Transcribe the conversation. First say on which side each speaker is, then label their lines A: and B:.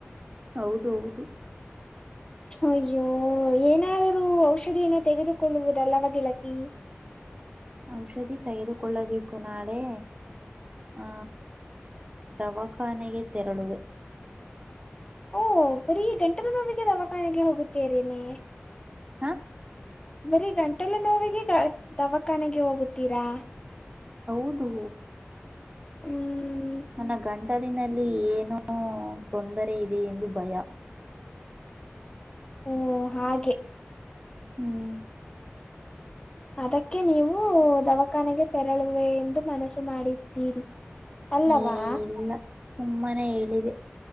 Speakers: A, on the right; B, on the left.
A: ಹೌದು ಹೌದು.
B: ಅಯ್ಯೋ ಏನಾದರೂ ಔಷಧಿಯನ್ನು ತೆಗೆದುಕೊಳ್ಳುವುದಲ್ಲವ ಗೆಳತಿ.
A: ಔಷಧಿ ತೆಗೆದುಕೊಳ್ಳಬೇಕು ನಾಳೆ. ಆ ದವಾಖಾನೆಗೆ ತೆರಳುವೆ.
B: ಓಹ್ ಬರೀ ಗಂಟಲುನೊವಿಗೆ ದವಾಖಾನೆಗೆ ಹೋಗುತ್ತೇರನೆ.
A: ಹಾ
B: ಬರಿ ಗಂಟಲು ನೋವಿಗೆ ಗ ದವಾಖಾನೆಗೆ ಹೋಗುತ್ತೀರಾ.
A: ಹೌದು
B: ಹ್ಮ್
A: ನನ್ನ ಗಂಟಲಿನಲ್ಲಿ ಏನೋ ತೊಂದರೆ ಇದೆ ಎಂದು ಭಯ.
B: ಓ ಹಾಗೆ.
A: ಹ್ಮ್
B: ಅದಕ್ಕೆ ನೀವು ದವಾಖಾನೆಗೆ ತೆರಳುವೆ ಎಂದು ಮನಸ್ಸು ಮಾಡಿದ್ದೀರಿ. ಅಲ್ಲವಾ
A: ಏ ಇಲ್ಲ. ಸುಮ್ಮನೆ ಹೇಳಿದೆ